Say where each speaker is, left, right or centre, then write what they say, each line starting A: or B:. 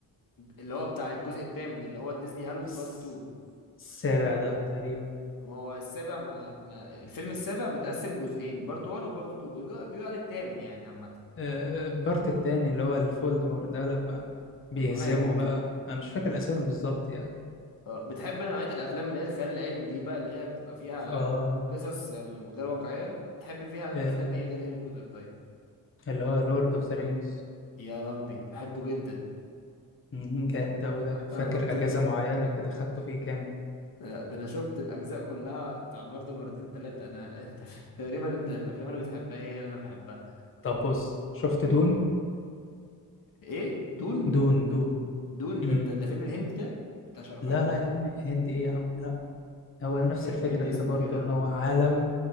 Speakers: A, on the left; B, on the left.
A: اللي هو بتاع الجزء الثامن اللي هو ديزلي هالوس
B: الس-
A: بارت 2
B: السابع ده تقريبا
A: ما هو السابع ما, ما الفيلم السابع متقسم جزئين بارت 1 وبارت 2 بيقول عليه الثامن يعني عامه
B: آه، البارت التاني اللي هو الفولدمور ده لما بيهزموا
A: اما مات
B: بقى انا مش فاكر الاسامي بالظبط يعني
A: آه، بتحب نوعية الأفلام اللي هي الخيال العلمي دي بقى اللي هي بتبقى فيها
B: ف- اه
A: قصص آه، غير واقعية بتحب فيها
B: آه،
A: أفلام إيه غير هاري بوتر طيب
B: آه، اللي هو لورد اوف ذا رينجز
A: يا ربي بحبه جدا
B: مم، جامد أوي ده
A: آه،
B: فاكر
A: أنا برضه
B: أجازة معينة كده خدته فيه كامل
A: آه، ده أنا شفت الأجزاء كلها بتاع برضه مرتين تلاتة أنا <laughs> أنت تقريبا أنت الأفلام اللي بتحبها هي اللي أنا بحبها
B: طب بص شفت دون
A: إيه دون
B: دون دون
A: دون
B: مم.
A: ده, ده, ده فيلم الهندي ده بتاع شاروخان
B: لا لا يا عم هندي إيه يا عم لا هو نفس
A: في فيلم
B: الفكرة
A: هندي
B: كده
A: اسمه
B: برضو
A: كده
B: إن هو عالم